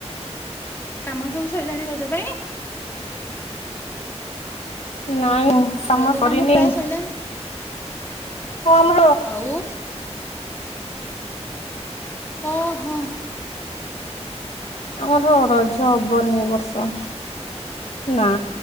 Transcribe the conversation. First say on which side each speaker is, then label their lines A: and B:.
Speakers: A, on the left (about 20°); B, on the left (about 65°).
A: କାମ ସବୁ ସଇଲାଣି ରଜ ପାଇଁ
B: ନାଁଇଁ କାମ
A: ରଜ
B: ସରିନି।
A: ପ୍ରାୟ ସଇଲାଣି।
B: ହଁ ଆମ୍
A: ଆଉ ଓହୋ
B: ଆମର ରଜ ହବନି ଏ ବର୍ଷ ନା।